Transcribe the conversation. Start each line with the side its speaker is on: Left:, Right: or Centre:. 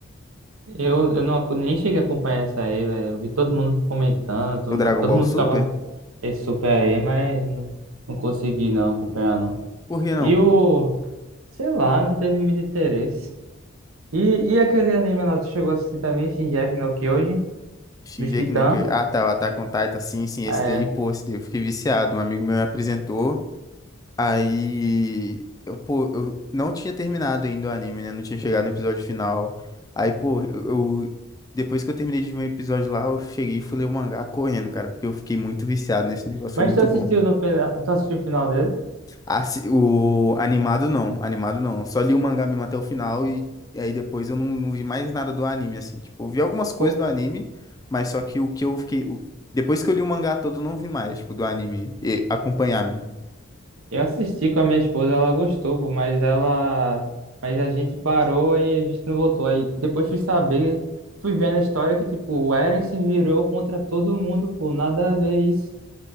Right: Eu, eu não, ac- nem cheguei a acompanhar isso aí, velho. Eu vi todo mundo comentando, todo,
Left: O Dragon
Right: todo
Left: Ball
Right: mundo
Left: Super?
Right: ficava esse super aí, mas não, não consegui não acompanhar, não.
Left: Por que não?
Right: E o, sei lá, não teve muito interesse. E, e aquele anime lá, tu chegou a assistir também, Shingeki no Kyojin,
Left: Shingeki
Right: dos Titãs?
Left: no Kyojin. Ah, tá, o Attack on Titan, sim, sim, esse
Right: É.
Left: daí, pô, esse daí eu fiquei viciado. Um amigo meu me apresentou, aí, eu, pô, eu não tinha terminado ainda o anime, né? Não tinha chegado no episódio final. Aí, pô, eu, eu- depois que eu terminei de ver o episódio lá, eu cheguei e fui ler o mangá correndo, cara, porque eu fiquei muito viciado nesse negócio,
Right: Mas
Left: foi muito
Right: tu assistiu
Left: bom.
Right: no final, tu assistiu o final dele?
Left: Assi- o animado não, animado não. Só li o mangá mesmo até o final e, e aí depois eu não, não vi mais nada do anime, assim. Tipo, eu vi algumas coisas
Right: Pô,
Left: do anime, mas só que o que eu fiquei. o- Depois que eu li o mangá todo, eu não vi mais, tipo, do anime e acompanhar mesmo.
Right: Eu assisti com a minha esposa, ela gostou, pô, mas ela. Mas a gente parou e a gente não voltou. Aí depois fui saber, fui vendo a história que, tipo, o Eren se virou contra todo mundo, pô, nada a ver isso.